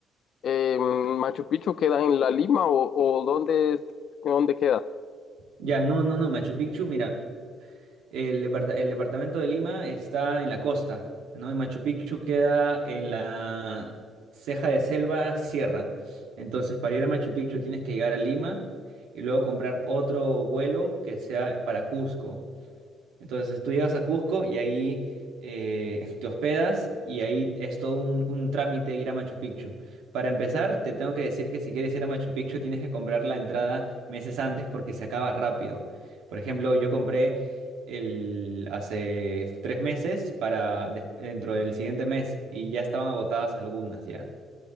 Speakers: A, on the left; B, on the right.
A: eh, Machu Picchu queda en La Lima o, o dónde, es- dónde queda?
B: Ya, no, no, no, Machu Picchu, mira. El, depart- el departamento de Lima está en la costa, ¿no? Y Machu Picchu queda en la ceja de selva sierra. Entonces, para ir a Machu Picchu tienes que llegar a Lima y luego comprar otro vuelo que sea para Cusco. Entonces tú llegas a Cusco y ahí eh, <laughs> te hospedas y ahí es todo un, un trámite ir a Machu Picchu. Para empezar, te tengo que decir que si quieres ir a Machu Picchu tienes que comprar la entrada meses antes porque se acaba rápido. Por ejemplo, yo compré el, hace tres meses para des- dentro del siguiente mes y ya estaban agotadas algunas ya.